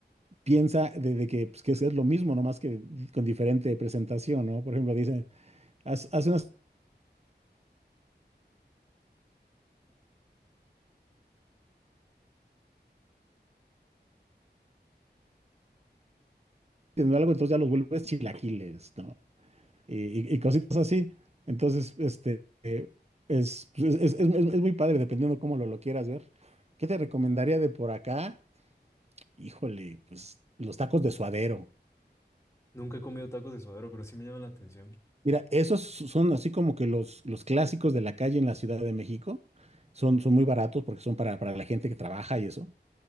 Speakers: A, on the right; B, on the left.
A: piensa de, de que, pues, que es lo mismo, no más que con diferente presentación, ¿no? Por ejemplo, dicen, haz, haz unas- teniendo algo, entonces ya los vuelves chilaquiles, ¿no? Y, y- y cositas así. Entonces, este, eh, es, pues, es, es- es- es muy padre, dependiendo cómo lo, lo quieras ver. ¿Qué te recomendaría de por acá? Híjole, pues los tacos de suadero.
B: Nunca he comido tacos de suadero, pero sí me llama la atención.
A: Mira, esos son así como que los, los clásicos de la calle en la Ciudad de México. Son, son muy baratos porque son para, para la gente que trabaja y eso,